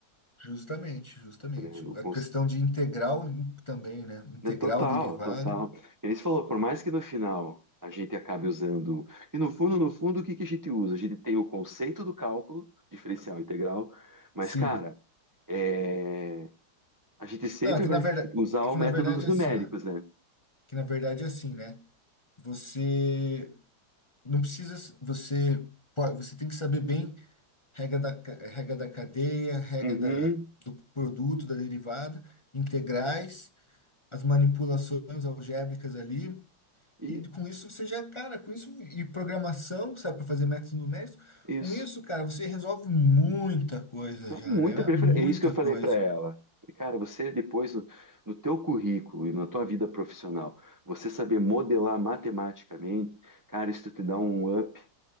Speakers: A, on the left (about 20°); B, on the right (about 30°).
A: Justamente, justamente.
B: Eu falei, eu
A: A
B: cons-
A: questão de integral também, né? Integral
B: né, Total,
A: derivada.
B: total. Ele falou, por mais que no final a gente acabe usando, e no fundo, no fundo, o que que a gente usa? A gente tem o conceito do cálculo, diferencial integral, mas,
A: Sim.
B: cara, é, a gente sempre
A: Não, é que
B: vai
A: na verdade,
B: usar
A: é
B: o
A: que
B: método
A: na verdade
B: dos
A: é
B: numéricos,
A: assim, ó.
B: né?
A: Que na verdade é assim, né? Você não precisa, você pode, você tem que saber bem regra da, ca- regra da cadeia, regra
B: Uhum,
A: da, do produto, da derivada, integrais, as manipulações algébricas ali.
B: e
A: E com isso você já, cara, com isso e programação, sabe, para fazer métodos numéricos,
B: isso.
A: com isso, cara, você resolve muita coisa
B: Tá
A: já,
B: Muito,
A: né? É
B: eu queria
A: Muita
B: falar- é isso que eu falei
A: coisa.
B: para ela. Falei, Cara, você depois no, no teu currículo e na tua vida profissional, você saber modelar matematicamente, cara, isso te dá um up